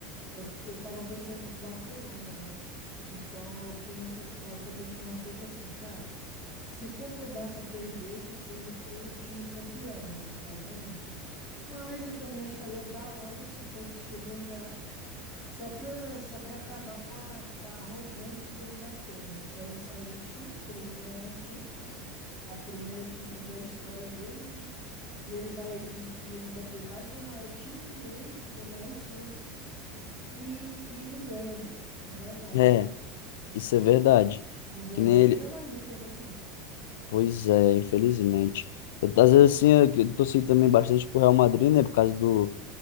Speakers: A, in the centre; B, on the left (about 80°).
A: eu, eu tava torcendo pro Barcelona, né? Então eu penso, eu tava, tô pensando um pouco assim, cara, se for pro Barça perder, que seja pro time campeão, né? No caso a Inter. Mas eu também acharia da hora se o PSG ganhasse, só pra, só pra acabar com a, com a arrogância do Mbappé, né? Só ele sair do time, que eles ganham a Champions, a primeira Champions da história deles, né? E ele vai e, e o Mbappé vai para o maior time do mundo que tem mais Champions e, e não ganha, né? Não ganha nada.
B: É, isso é verdade.
A: Não ganhou
B: Que nem
A: nem
B: ele.
A: a La Liga, né, mano?
B: Pois é, infelizmente. Eu, às vezes, assim, eu eu torci também bastante pro Real Madrid, né? Por causa do,